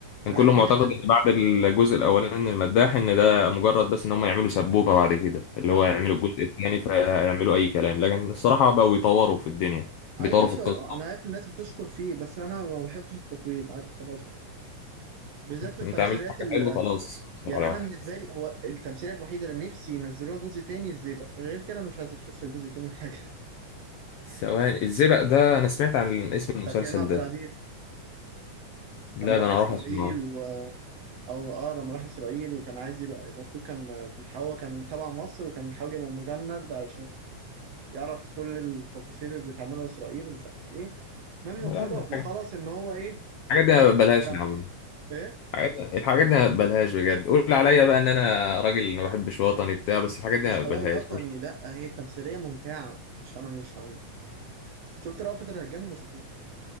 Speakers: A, on the left; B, on the right.
A: كان
B: انا
A: كله
B: عارف
A: معتقد
B: ان هي حلوه
A: ان بعد الجزء الاولاني من المداح ان ده مجرد بس ان هم يعملوا سبوبه بعد كده اللي
B: اه
A: هو يعملوا
B: يعني.
A: الجزء الثاني فيعملوا اي كلام لكن الصراحه بقوا يطوروا في الدنيا بيطوروا
B: اي ماشي
A: في القصه
B: هو- انا عارف الناس بتشكر فيه بس انا ما بحبش التطويل عارف خلاص بقى. بالذات في التمثيليات
A: انت عملت حاجه
B: ال...
A: حلوه خلاص
B: يعني
A: على
B: انا
A: واحد
B: بالنسبه لي هو التمثيليه الوحيده اللي نفسي ينزلوها جزء تاني الزيبق غير كده انا مش عايز اشوف في جزء تاني حاجه <laughs>
A: ثواني الزئبق ده انا سمعت عن اسم المسلسل
B: بتاعت كريم عبد
A: ده
B: العزيز
A: لا
B: لما راح
A: ده انا
B: اسرائيل
A: هروح اسمعه
B: و او اه لما راح اسرائيل وكان عايز يبقى المفروض كان بيحاول كان تبع مصر وكان بيحاول يبقى مجند عشان يعرف كل التفاصيل اللي بتعملها اسرائيل ومش عارف ايه المهم وخلص
A: يا عم الحاجات
B: وخلص ان هو ايه
A: الحاجات دي
B: خلاص
A: أنا
B: بقى
A: بلاش
B: مجند
A: يا عم
B: ايه
A: الحاجات دي الحاجات دي أنا بلاش بجد قول عليا بقى ان انا راجل ما بحبش وطني بتاع بس الحاجات دي
B: مش
A: أنا
B: حوار
A: بلاش
B: وطني لا هي تمثيليه ممتعه مش انا مش هم... شفت رأفت الهجان ولا ما شفتوش